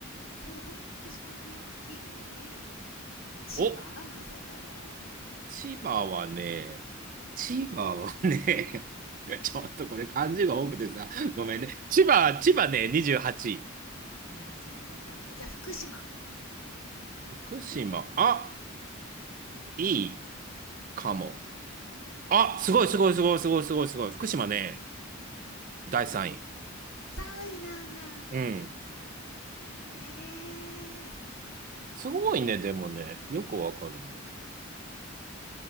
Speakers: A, on the left; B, on the right.
A: 東北ってそんなに大きい千葉まさかの
B: お千葉はね、千葉はね、<laughs> ちょっとこれ漢字が多くてさ、ごめんね。千葉、千葉ね、28位。
A: いや、全然ダメだ。じゃあ、福島。
B: 福島、あ、いいかも。あ、すごいすごいすごいすごいすごいすごい。福島ね、
A: うん。
B: 第3位。
A: 3位なんだ。
B: うん。
A: ええー。
B: すごいね、でもね、よくわかるね。